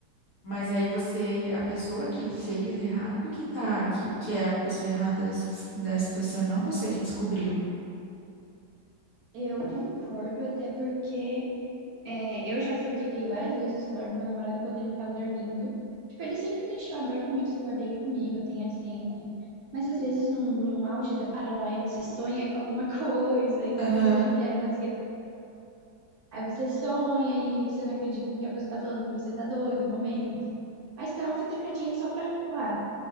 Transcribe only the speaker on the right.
é, eu concordo, até porque É, eu já futriquei várias vezes o celular do meu namorado enquanto ele tava dormindo. Tipo, ele sempre deixou abertamente o celular dele comigo, tem a senha. e tudo. Mas às vezes, num, num auge da paranoia, você sonha com alguma <laughs> coisa, e cabeça
de mulher é uma desgraça. Aí você sonha e você não acredita no que a pessoa tá falando, que você tá doido no momento. Aí você dá uma futricadinha só pra, tipo, ah,